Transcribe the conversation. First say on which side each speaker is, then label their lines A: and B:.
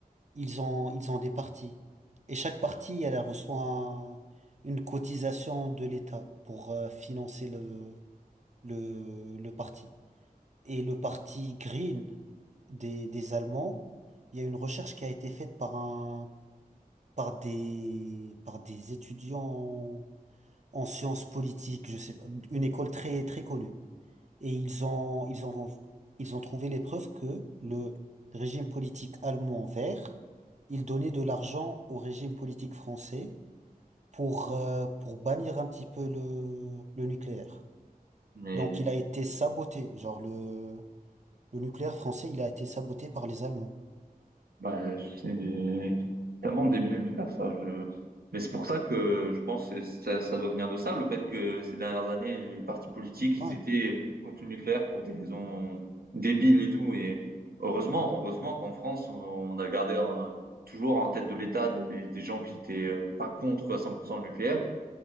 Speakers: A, on the right; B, on the right.
A: ils ont, ils ont des partis. Et chaque parti, elle reçoit un- une cotisation de l'État pour euh, financer le, le, le parti. Et le parti Green des, des Allemands, il y a une recherche qui a été faite par un, par des, par des étudiants en sciences politiques, je sais pas, une école très, très connue. Et ils ont, ils ont, ils ont trouvé les preuves que le régime politique allemand vert, il donnait de l'argent au régime politique français pour, euh, pour bannir un petit peu le, le nucléaire.
B: Mais
A: Donc il a été saboté. Genre le, le nucléaire français, il a été saboté par les Allemands.
B: Bah, c'est tellement débile de faire ça. Je... Mais c'est pour ça que je pense que ça, ça doit venir de ça, le fait que ces dernières années, les partis politiques,
A: Ouais,
B: ils étaient contre le nucléaire pour des raisons débiles et tout. Et heureusement, heureusement qu'en France, on, on a gardé un- toujours en tête de l'État des, des gens qui étaient euh, pas contre à 100% le nucléaire